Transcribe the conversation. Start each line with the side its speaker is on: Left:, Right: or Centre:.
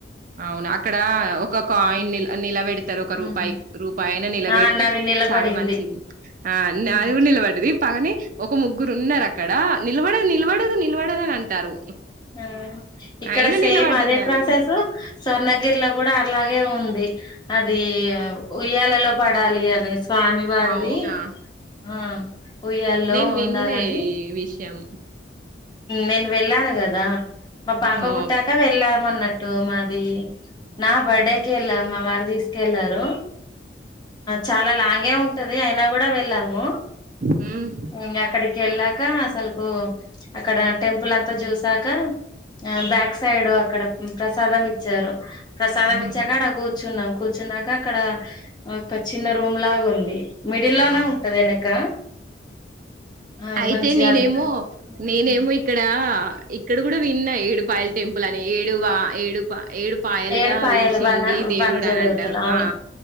Right: అవును అక్కడ ఒక కాయిన్
Left: ఉమ్
Right: నిల నిలబెడతారు ఒక రూపాయి
Left: ఉమ్
Right: రూపాయి అయినా నిలబెడితే
Left: ఆ నాది నిలబడింది
Right: చాలా మంచిది ఆ నాది
Left: ఉమ్
Right: కూడా నిలబడ్డది పగని ఒక ముగ్గురు ఉన్నారు అక్కడ నిలబడదు నిలబడదు నిలబడదు అని అంటారు
Left: మ్మ్ ఇక్కడ
Right: అయినా
Left: సేమ
Right: నిలబడ్డది నాది
Left: ప్రాసెస్సు స్వర్ణ గిరిలో కూడా అట్లాగే ఉంది అది ఉయ్యాలలో పడాలి అనేసి స్వామివారిది
Right: అవునా
Left: ఆ ఉయ్యాల్లో
Right: నేను విన్లే
Left: ఉండాలని
Right: ఈ విషయం
Left: నేను వెళ్ళాను కదా మా పాప
Right: ఆ
Left: పుట్టాక వెళ్ళామన్నట్ టు మాది నా బర్డే కెళ్ళాం మా వారు తీసుకెళ్లారు చాలా లాంగ్ గే ఉంటది అయినా కూడా వెళ్ళాము
Right: హ్మ్
Left: ఇంగ అక్కడికి వెళ్ళ కా అసలుకు అక్కడ టెంపుల్ అంతా చూసాక బ్యాక్ సైడ్ అక్కడ ప్రసాదం ఇచ్చారు ప్రసాదం
Right: ఆహా
Left: ఇచ్చాకడ కూర్చున్నాం కూర్చున్నాక అక్కడ ఒక చిన్న రూమ్ లాగా ఉంది మిడిల్ లోనే
Right: ఆ
Left: ఉంటది వెనక ఆ
Right: అయితే
Left: మంచిగా
Right: నేనేమో నేనేమో ఇక్కడ ఇక్కడ కూడా విన్నా ఏడుపాయల్ టెంపుల్ అని ఏడువా ఏడుపా ఏడు పాయలుగా
Left: ఏడు పాయలు
Right: పీలిచింది
Left: వన
Right: దేవుడు
Left: వనజ
Right: అని
Left: దేవతలు
Right: అంటారు
Left: అవును
Right: ఆ